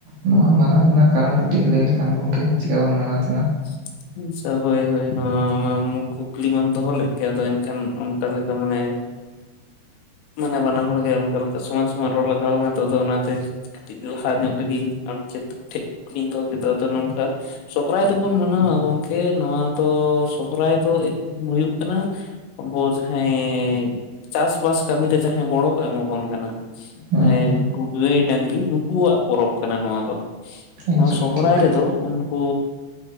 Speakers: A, on the right; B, on the left.
A: ᱱᱚᱣᱟ ᱢᱟᱱᱟᱣ ᱨᱮᱱᱟᱜ ᱠᱟᱨᱚᱱ ᱠᱟᱹᱴᱤᱡ ᱞᱟᱹᱭ ᱞᱮᱠᱷᱟᱱ ᱜᱚᱝᱠᱮ ᱪᱮᱠᱟ ᱵᱚᱱ ᱢᱟᱱᱟᱣ ᱛᱟᱦᱮᱱᱟ?
B: <inaudible> ᱟᱪᱪᱷᱟ ᱦᱳᱭ ᱦᱳᱭ ᱱᱚᱣᱟ ᱠᱩᱠᱞᱤ ᱢᱟᱢ ᱫᱚᱦᱚ ᱞᱮᱫ ᱜᱮᱭᱟ ᱟᱫᱚ ᱮᱱᱠᱷᱟᱱ ᱚᱱᱠᱟ ᱞᱮᱠᱟ ᱢᱟᱱᱮ
A: <inaudible>
B: ᱢᱟᱱᱮ ᱵᱟᱱᱟ ᱦᱚᱲ ᱜᱮ ᱚᱱᱠᱟ ᱞᱮᱠᱟ ᱥᱚᱢᱟᱱ ᱥᱚᱢᱟᱱ ᱨᱚᱲ ᱞᱟᱜᱟᱣ ᱟᱞᱟᱜ ᱟᱫᱚ ᱚᱱᱟᱛᱮ ᱠᱟᱹᱴᱤᱡ ᱞᱟᱦᱟ ᱧᱚᱜ ᱨᱮᱜᱤᱧ ᱟᱢ ᱪᱮᱫ ᱴᱷᱮᱡ ᱠᱩᱠᱞᱤᱧ ᱫᱚᱦᱚ ᱠᱮᱫᱟ ᱟᱫᱚ ᱱᱚᱝᱠᱟ ᱥᱚᱨᱦᱟᱭ ᱛᱮᱵᱚᱱ ᱢᱟᱱᱟᱣᱟ ᱜᱚᱝᱠᱮ ᱱᱚᱣᱟ ᱫᱚ ᱥᱚᱦᱨᱟᱭ ᱫᱚ ᱦᱩᱭᱩᱜ ᱠᱟᱱᱟ ᱟᱵᱚ ᱡᱟᱦᱟᱸᱭ ᱪᱟᱥᱵᱟᱥ ᱠᱟᱹᱢᱤ ᱨᱮ ᱡᱟᱦᱟᱸᱭ ᱜᱚᱲᱚ ᱠᱚ ᱮᱢᱟᱵᱚᱱ ᱠᱟᱱᱟ᱾
A: ᱦᱮᱸ
B: ᱩᱱᱠᱩ ᱜᱟᱹᱭ ᱰᱟᱝᱨᱤ ᱱᱩᱠᱩᱣᱟᱜ ᱯᱚᱨᱚᱵᱽ ᱠᱟᱱᱟ ᱱᱚᱣᱟ ᱫᱚ᱾
A: ᱮᱠᱪᱩᱭᱮᱞᱤ
B: ᱱᱚᱣᱟ ᱥᱚᱦᱨᱟᱭ
A: ᱴᱷᱤᱠ ᱠᱟᱛᱷᱟ
B: ᱨᱮᱫᱚ ᱩᱱᱠᱩ